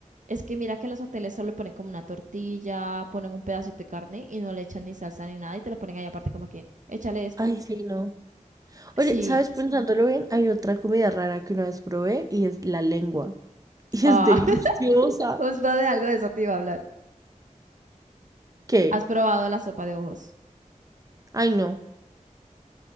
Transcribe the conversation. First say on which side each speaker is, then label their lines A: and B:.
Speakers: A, on the right; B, on the right.
A: es que mira que en los hoteles solo ponen como una tortilla, ponen un pedacito de carne y no le echan ni salsa ni nada y te lo ponen ahí aparte como que, échale esto.
B: Ay, sí, no.
A: Sí.
B: Oye, ¿sabes? Pensándolo bien, hay otra comida rara que una vez probé y es la lengua. <laughs> Y
A: Ah,
B: es deliciosa.
A: <laughs> Justo de algo de eso te iba a hablar.
B: ¿Qué?
A: ¿Has probado la sopa de ojos?
B: Ay, no.